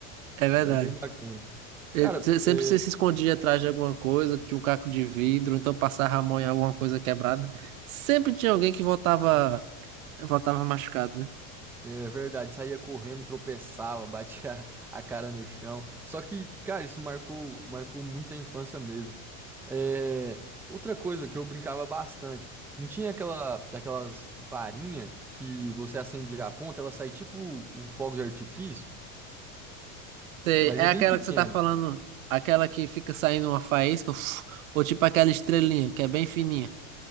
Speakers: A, on the right (about 80°); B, in the centre.
A: É verdade.
B: era bem bacana.
A: Eu-
B: Cara,
A: se- sempre
B: é,
A: você se escondia atrás de alguma coisa, tinha um caco de vidro, então passava a mão em alguma coisa quebrada. Sempre tinha alguém que voltava, voltava machucado, né?
B: É verdade, saía correndo, tropeçava, batia <laughs> a cara no chão. Só que, cara, isso marcou, marcou muito a infância mesmo. É, outra coisa que eu brincava bastante, não tinha aquela, aquelas varinha que você acendia a ponta, ela sai tipo um fogo de artifício,
A: Sei,
B: mas
A: é
B: é bem
A: aquela
B: pequeno.
A: que você tá falando, aquela que fica saindo uma faísca, uf, ou tipo aquela estrelinha, que é bem fininha.